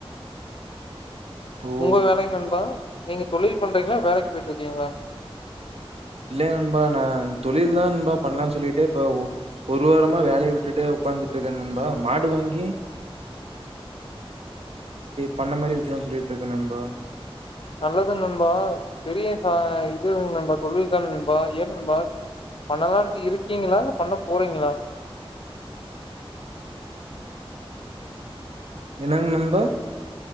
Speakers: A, on the right; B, on the left.
A: ஓ
B: உங்க வேலை நண்பா நீங்க தொழில் பண்றீங்களா வேலைக்கு போயிட்டு இருக்கீங்களா
A: இல்லைங்க நண்பா நான் தொழில்தான் நண்பா பண்லாம்னு சொல்லிட்டு இப்ப ஒரு வாரமா வேலையை விட்டுட்ட உட்காந்துட்டு இருக்கேன் நண்பா மாடு வாங்கி பண்ண மாதிரி வைக்கலாம் சொல்லிட்டு இருக்கேன் நண்பா
B: நல்லது நண்பா பெரிய இது தொழில் தான் நண்பா ஏன் நண்பா பண்ணலாம்னு இருக்கீங்களா பண்ண போறீங்களா
A: என்னங்க நண்பா